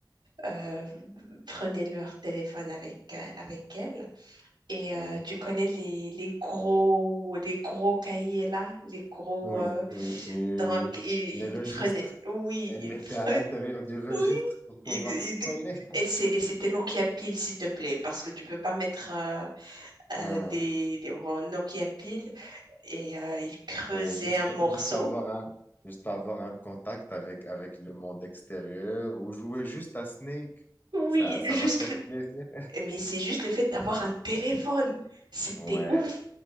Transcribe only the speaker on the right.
euh, prenaient leur téléphone avec, euh, avec elles. Et
euh, tu connais les, les gros, les gros cahiers là, les gros.
euh,
donc,
ils,
ils prenaient, oui,
ils
prenaient
oui.
Il- il
dé-
Et c'est- et c'était Nokia Pile, s'il te plaît, parce que tu peux pas mettre euh, euh,
des, des- bon, Nokia Pile. Et euh, il creusait
un morceau.
Oui,
juste
le,
Mais c'est juste le fait d'avoir un téléphone. C'était
ouf.